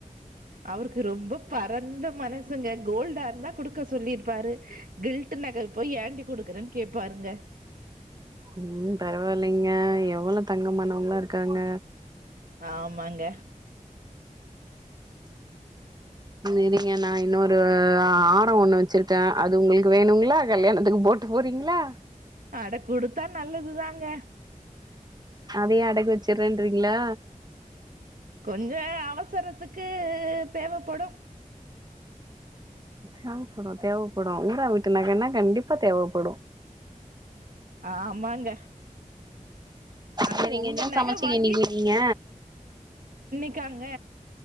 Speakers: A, on the right; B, on the right.
A: அவருக்கு ரொம்ப பரந் ந்த மனசுங்க கோல்டா இருந்த கொடுக்க சொல்லிருப்பாரு கில்ட நகை போய் ஏண்டி கொடுக்குறன்னு கேப்பாருங்க
B: உம் பரவாயில்லைங்க எவ்ளவு தங்கமானவங்கலா இருக்காங்க
A: ஆமாங்க
B: இரிங்க நா இன்னொரு ஆர ஒண்ணு வச்சிருக்கே அது உங்களுக்கு வேணுங்களா கல்யாணத்துக்கு போட்டு போறீங்களா
A: அட கொடுத்தா நல்லதுதாங்க
B: அதையு அடக்கு வச்சறேன்றிங்களா
A: கொஞ்ச அவசரத்துக்கு தேவப்படு
B: தேவப்படு தேவப்படு ஊரா வீட்டு நக னா கண்டிப்பா தேவப்படு
A: ஆமாங்க அதுவு
B: செரிங்க
A: உங்க
B: என்ன
A: நக
B: சமச்சீங்க
A: வாங்கி
B: இன்னைக்கு நீங்க
A: இருக்காங்க